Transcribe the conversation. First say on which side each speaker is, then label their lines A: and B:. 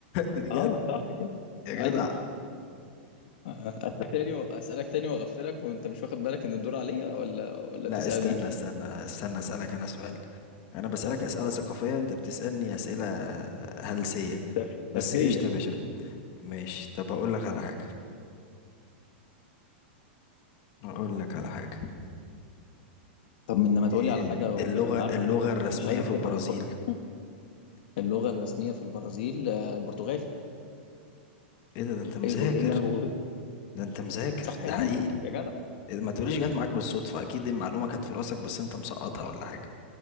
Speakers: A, on the left (about 35°); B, on the left (about 50°).
A: بجد
B: اه صح كده
A: يا
B: ايوه
A: جدع
B: اسالك تاني و- اسالك تاني واغفلك وانت مش واخد بالك ان الدور عليا ولا ولا
A: لا
B: تسالني
A: استنى استنى استنى اسالك انا سؤال انا بسالك اسئله ثقافيه انت بتسالني اسئله آه، هلسيه
B: تف-
A: بس
B: تفهية
A: قشطه يا باشا ماشي طب اقول لك على حاجه اقول لك على حاجه
B: طب من لما تقولي
A: إيه
B: على حاجه وبقى
A: اللغه
B: انا عارفك
A: اللغه الرسميه
B: مش عايزك
A: في البرازيل
B: تلحق تفكر اللغه الرسميه في البرازيل آه، البرتغالي
A: ايه ده, ده انت مذاكر
B: ايه البر- إيه اللي انا بقوله ده؟
A: ده انت مذاكر
B: صح يعني
A: ده حقيقي
B: يا جدع
A: إيه ده، ما تقوليش
B: ماشي
A: جت معاك بالصدفه اكيد المعلومه كانت في راسك بس انت مسقطها ولا حاجه